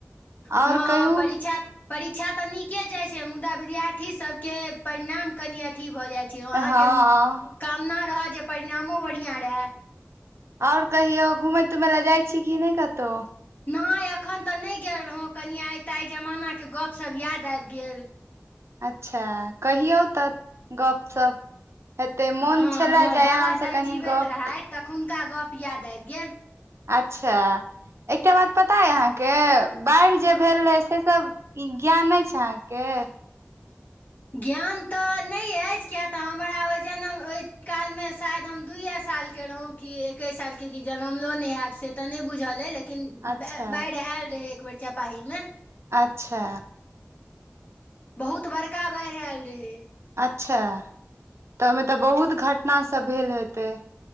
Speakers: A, on the right; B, on the left.
A: आओर
B: हँ
A: कहू
B: परीक्षा- परीक्षा तऽ नीके जाइत छै मुदा विद्यार्थी सभके परिणाम कनि अथी भऽ जाइत छै अहाँके
A: हँ
B: कामना रहय जे परिणामो बढ़िआँ रहए!
A: आओर कहियौ घुमय-तुमय लए जाइ छी की नहि कतहु?
B: नइॅं एखन तऽ नहि गेल रहौँ, कनि आइ ता जमानाके गपशप यादि आबि गेल
A: अच्छा कहियौ तऽ गपशप हेतै, मोन
B: हँ
A: छलए
B: हमर
A: जे
B: बाबा
A: अहाँसँ
B: दाइ
A: कनि
B: जीवैत
A: गप
B: रहथि तखुनका गप याद आबि गेल।
A: अच्छा एकटा बात पता यए अहाँकेॅं? बाढ़ि जे भेल रहै से सब ई ज्ञान अछि अहाँके?
B: ज्ञान तऽ नहि अछि किय तॅं हमरा ओहि जनम, ओहि कालमे शायद हम दुइए साल के रहुॅं? की एके सालके, जनमलो नहि हयब से तऽ नहि बुझल अछि लेकिन
A: अच्छा
B: बाढ़ि आयल रहै एक बेर चपाहीमे
A: अच्छा
B: बहुत बड़का बाढ़ि आयल रहै।
A: अच्छा तऽ ओहिमे तऽ बहुत घटना सब भेल हेतै?